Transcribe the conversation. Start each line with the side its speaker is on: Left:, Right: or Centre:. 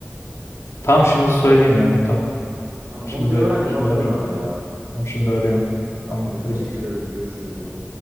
Left: Tamam şimdi söyleyeyim ya. Tamam.
Right: Tamam.
Left: Şimdi
Right: Onu bir öğren de
Left: şimdi
Right: bana
Left: arıyorum.
Right: dön abi ya.
Left: Tamam şimdi arıyorum.
Right: Tamamdır.
Left: Tamam.
Right: Teşekkür
Left: Hadi
Right: ederim. Görüşürüz o zaman.